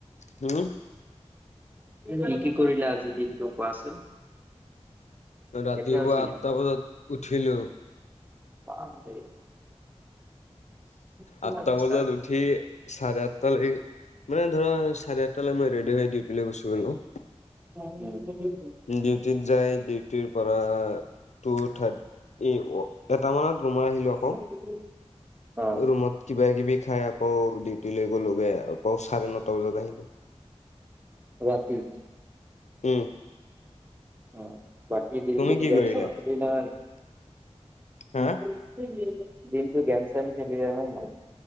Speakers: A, on the left; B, on the right.
A: হুম?
B: কি কি কৰিলো আজিৰ দিনটো কোৱাচোন?
A: ৰাতিপুৱা
B: কেতিয়া উঠিলা?
A: আঠটা বজাত উঠিলো,
B: <unintelligible> তাৰপিছত
A: আঠটা বজাত উঠি চাৰে আঠটা লে মানে ধৰা চাৰে আঠটালৈ মই ৰেডি হৈ ডিউটি লে গুছি গ'লো।
B: উম।
A: ডিউটিত যায়, ডিউটিৰ পৰা টু থাৰটি এই ক' এটামানত ৰুমলৈ আহিলোঁ আকৌ।
B: <unintelligible> অ
A: ৰুমত কিবা-কিবি খায় আকৌ ডিউটি লৈ গ'লো-গে আকৌ চাৰে নটা বজাত আহিলোঁ।
B: ৰাতি।
A: উম।
B: অহ, বাকী দিনটো
A: তুমি কি
B: গেম-চেম
A: কৰিলা?
B: খেলি না
A: হা
B: <unintelligible> দিনতটো গেম-চেম খেলিলানে নাই?